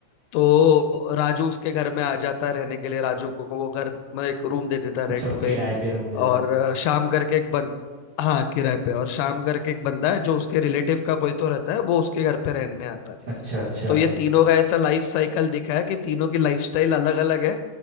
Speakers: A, on the left (about 85°); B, on the right (about 55°).
A: तो राजू उसके घर में आ जाता है रहने के लिए राजू को वो घर में एक रूम दे देता है
B: अच्छा
A: रेंट
B: वो किराए
A: पे
B: पे रूम दे देते
A: और
B: हैं।
A: अ, शाम करके एक बन हाँ किराए पे और शाम करके एक बंदा है जो उसके रिलेटिव का कोई तो रहता है वो उसके घर पे रहने आता है
B: अच्छा अच्छा
A: तो ये तीनों का ऐसा लाइफ साइकिल दिखा है कि तीनों की लाइफस्टाइल अलग अलग है